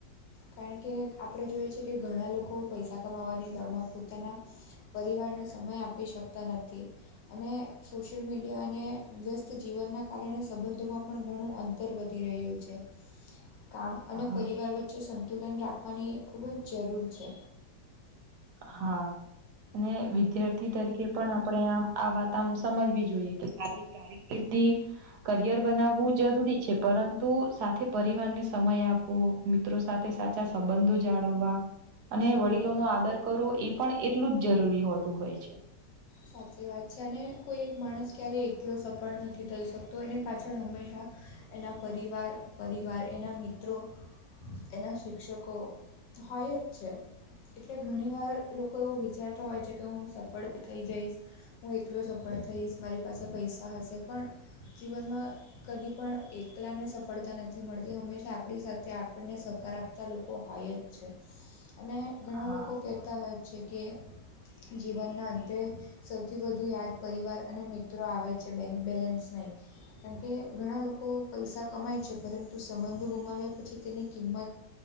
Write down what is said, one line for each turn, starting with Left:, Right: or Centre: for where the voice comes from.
Left: કારણ કે આપણે જોઈએ છે કે ઘણા લોકો પૈસા કમાવાની દોડમાં પોતાના પરિવારને સમય આપી શકતા નથી. અને સોશિયલ મીડિયા અને વ્યસ્ત જીવનના કારણે સંબંધોમાં પણ ઘણું અંત તર વધી રહ્યું છે કામ અને
Right: હા
Left: પરિવાર વચ્ચે સંતુલન રાખવાની ખૂબ જ જરૂર છે.
Right: હા. અને વિદ્યાર્થી તરીકે પણ આપણે આમ આ વાત આમ સમજવી જોઈએ કે સારી <unintelligible> કારીકિર્દી કરિયર બનાવવું જરૂરી છે પરંતુ સાથે પરિવારને સમય આપવો મિત્રો સાથે સાચા સંબંધો જાળવવા અને વડીલો નો આદર- કરો એ પણ એટલું જ જરૂરી હોતું હોય છે.
Left: સાચી વાત છે અને કોઈ એક માણસ ક્યારેય એકલો સફળ નથી થઈ શકતો એની પાછળ હંમેશા એના પરિવાર પરિવાર એના મિત્રો
Right: હ <unintelligible>
Left: એના શિક્ષકો હોય જ છે. એટલે ઘણી વાર લોકો એવું વિચારતા હોય છે કે હું સફળ થઈ જઈશ. હું એકલો સફળ થઈશ મારી પાસે પૈસા હશે પણ- જીવનમાં કદી પણ એકલાને સફળતા નથી મળતી હંમેશા આપણી સાથે આપ- આપણને સહકાર આપતા લોકો હોય જ છે અને- ઘણા
Right: હા
Left: લોકો કહેતા હોય છે કે જીવનના- તે સૌથી વધુ યાદ પરિવાર અને મિત્રો આવે છે બેંક બેલેન્સ નહીં? કારણ કે ઘણા લોકો પૈસા કમાય છે પરંતુ સંબંધો ગુમાવ્યા પછી તેની કિંમત-